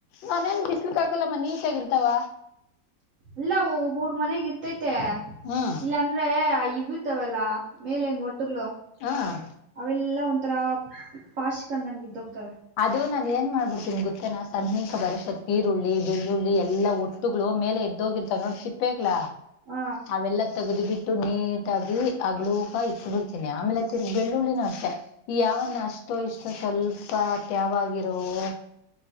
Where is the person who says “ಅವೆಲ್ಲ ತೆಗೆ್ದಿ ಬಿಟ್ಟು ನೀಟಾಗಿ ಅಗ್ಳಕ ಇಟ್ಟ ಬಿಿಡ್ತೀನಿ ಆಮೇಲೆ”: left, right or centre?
Left